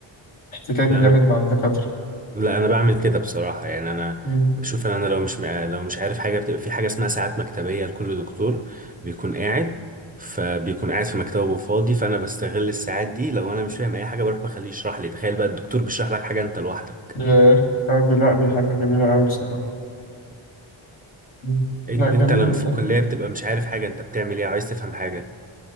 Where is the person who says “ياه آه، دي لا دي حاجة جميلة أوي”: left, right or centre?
Left